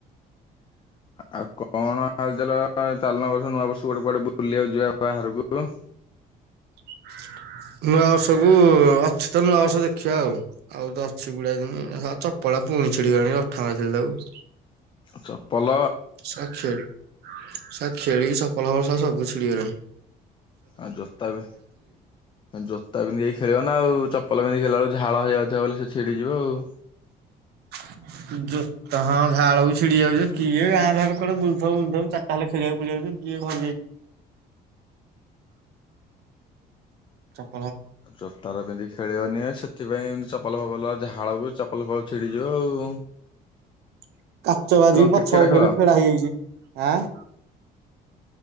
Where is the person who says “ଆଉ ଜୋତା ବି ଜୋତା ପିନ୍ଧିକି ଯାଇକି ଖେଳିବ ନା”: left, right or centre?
Left